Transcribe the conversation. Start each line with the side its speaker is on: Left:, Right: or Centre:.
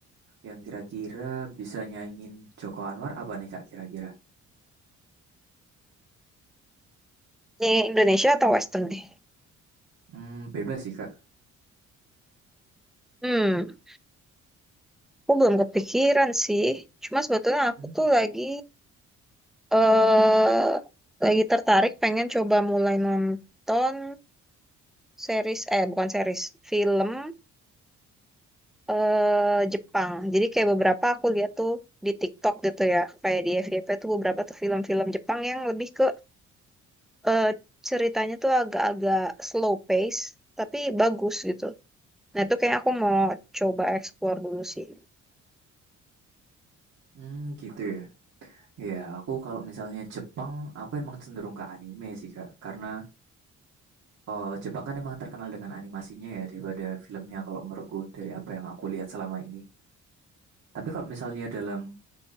Right: Yang kira-kira bisa nyanyiin Joko Anwar apa nih Kak kira-kira?
Centre: Ini Indonesia atau Western nih?
Right: Hmm, bebas sih Kak.
Centre: Hmm, aku belum kepikiran sih. Cuma sebetulnya aku
Right: Hmm,
Centre: tuh lagi eh lagi tertarik pengen coba mulai nonton series eh bukan series, film eh Jepang. Jadi kayak beberapa aku lihat tuh di TikTok gitu ya, kayak di FYP tuh beberapa tuh film-film Jepang yang lebih ke eh, ceritanya tuh agak-agak slow pace, tapi bagus gitu. Nah, itu kayak aku mau coba explore dulu sih.
Right: hmm, gitu ya. Ya, aku kalau misalnya Jepang, aku emang cenderung ke anime sih Kak. Karena eh, Jepang kan emang terkenal dengan animasinya ya daripada filmnya kalau menurutku dari apa yang aku lihat selama ini. Tapi kalau misalnya dalam